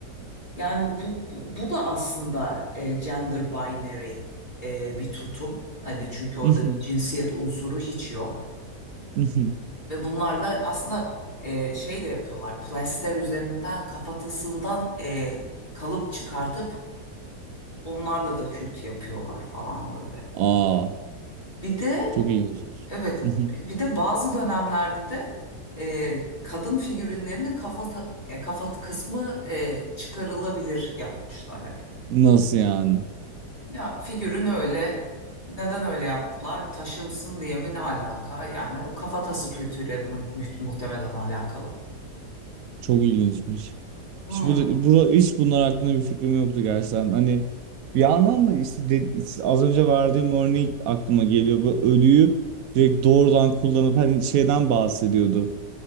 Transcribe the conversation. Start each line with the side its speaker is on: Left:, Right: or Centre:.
Left: Yani bu, bu, bu da aslında e, gender binary e, bir tutum. Hani çünkü orada
Right: Mhm.
Left: bir cinsiyet unsuru hiç yok.
Right: Mhm.
Left: Ve bunlarla aslında e, şey de yapıyorlar. Plaster üzerinden kafatasından e, kalıp çıkartıp onlarla da kült yapıyorlar falan böyle.
Right: Aa
Left: Bir de
Right: çok ilginçmiş.
Left: evet
Right: Mhm.
Left: bir de bazı dönemlerde de e, kadın figürinlerinin kafa kafa kısmı e, çıkarılabilir yapmışlar hep.
Right: Nasıl yani?
Left: Ya figürün öyle neden öyle yaptılar? Taşınsın diye mi ne alaka? Yani o kafatası kültürüyle mu- muhtemelen alakalı.
Right: Çok ilginçmiş.
Left: Hmm.
Right: Hiç, bu, bu, hiç bunlar hakkında bir fikrim yoktu gerçekten. Hani bir yandan da işte de- az önce verdiğim örnek aklıma geliyor. Bu ölüyü direkt doğrudan kullanıp hani şeyden bahsediyordu.